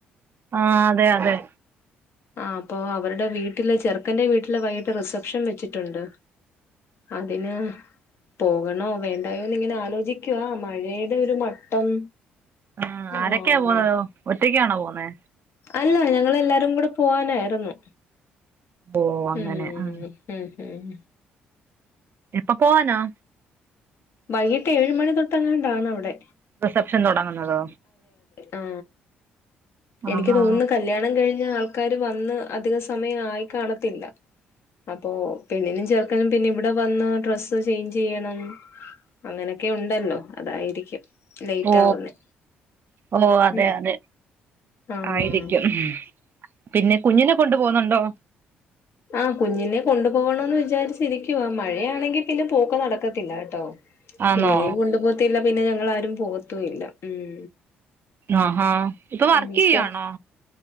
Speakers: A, on the right; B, on the left.
A: ആഹ അതെ അതെ
B: ആ അപ്പൊ അവരുടെ വീട്ടില് ചെറുക്കന്റെ വീട്ടില് വൈകിട്ട് റിസപ്ഷൻ വെച്ചിട്ടുണ്ട് അതിന് പോകണോ വേണ്ടായോന്ന് ഇങ്ങനെ ആലോചിക്കുവ മഴയുടെ ഒരു മട്ടം
A: ആ
B: ആഹ്
A: ആരൊക്കെയാ പോന്നത് ഒറ്റക്കാണോ പോന്നേ
B: അല്ല ഞങ്ങളെല്ലാരും കൂടെ പോവാനായിരുന്നു
A: ഓ അങ്ങനെ
B: ഉം
A: ആ
B: ഉം ഉം
A: എപ്പൊപോകാന
B: വൈകിട്ട് ഏഴുമണിതൊട്ടങ്ങാണ്ടാണവിടെ
A: റിസപ്ഷൻ തുടങ്ങുന്നതോ
B: ആ എനിക്ക്
A: ആഹാ
B: തോന്നുന്ന് കല്യാണം കഴിഞ് ആൾക്കാര് വന്ന് അധിക സമയം ആയി കാണത്തില്ല അപ്പൊ പെണ്ണിനും ചെർക്കനും പിന്നെ ഇവിടെ വന്ന് ഡ്രസ്സ് ചേഞ്ച് ചെയ്യണം അങ്ങനൊക്കെ ഉണ്ടല്ലോ അതായിരിക്കും ലേറ്റ്
A: ഓ
B: ആവുന്നെ
A: ഓ അതെ
B: ഉം
A: അതെ
B: ആഹ്
A: ആയിരിക്കും പിന്നെ കുഞ്ഞിനെ കൊണ്ടു പോന്നൊണ്ടോ
B: ആഹ കുഞ്ഞിനെ കൊണ്ടു പോണന്ന് വിചാരിച്ചിരിക്കുവാ മഴയാണെങ്കിൽ പിന്നെ പോക്ക് നടക്കത്തില്ല കേട്ടോ
A: ആന്നോ
B: കുഞ്ഞിനെയും കൊണ്ടു പോത്തില്ല പിന്നെ ഞങ്ങളാരും പോവത്തും ഇല്ല ഉം
A: ആഹഹാ ഇപ്പൊ വർക്ക്
B: ഉം സ്കൂ
A: ചെയ്യുവാണോ